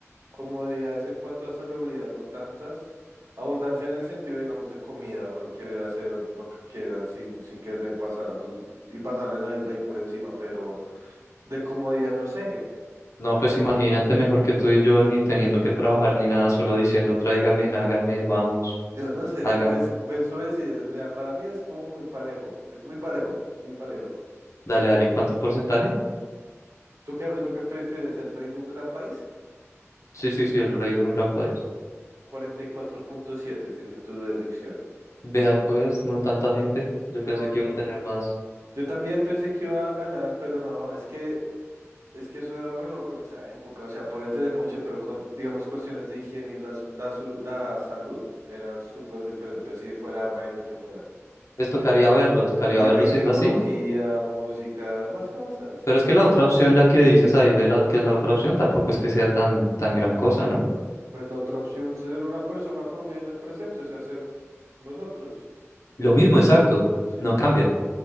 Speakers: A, on the right; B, on the left.
A: comodidades en cuanto a salubridad, no tantas. Abundancia en el sentido, digamos, de comida o querer hacer lo que quieran sin, sin que le pasara la- y pasarle la ley por encima, pero De comodidad, no sé.
B: No, pues imagínate mejor que tú y yo, ni teniendo que trabajar ni nada, solo diciendo tráiganme, háganme, vamos,
A: Yo no sé,
B: hagan.
A: pues, pues tú decides. O sea, para mí es como muy parejo. Es muy parejo, muy parejo.
B: Dale, dale, ¿cuánto porcentaje?
A: ¿Tú qué, bro? ¿Tú qué prefieres? ¿El rey de un gran país?
B: Sí, sí, sí, el rey de un gran país.
A: cuarenta y cuatro punto siete tiene tu elección.
B: Vea, pues, no tanta gente. Yo
A: No,
B: pensé que
A: no.
B: iba a tener más.
A: Yo también pensé que iba a ganar, pero no. Es que, es que eso era reloj con esa época. O sea, puede tener mucho, pero con, digamos, cuestiones de higiene y la, la, su- la salud era súper diferente. Así fuera rey, lo que fuera.
B: Pues tocaría verlo, tocaría
A: Y
B: verlo
A: acá hay
B: si
A: tecnología,
B: es así.
A: música y más cosas.
B: Pero es que la otra opción, la que dices ahí de la que es la otra opción, tampoco es que sea tan, tan gran cosa, ¿no?
A: Pues la otra opción, ser una persona promedio en el presente, o sea, ser nosotros.
B: Lo mismo, exacto.
A: Sí.
B: No cambia.